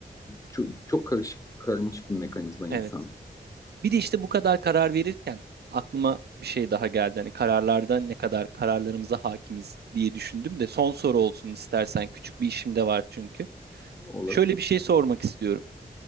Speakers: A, on the left; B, on the right.
A: çok, çok karışık, karmaşık bir mekanizma insan
B: Evet. Bir de işte bu kadar karar verirken aklıma bir şey daha geldi. Hani kararlarda ne kadar kararlarımıza hakimiz diye düşündüm de son soru olsun istersen. Küçük bir işim de var çünkü.
A: olarak.
B: Şöyle bir şey sormak istiyorum.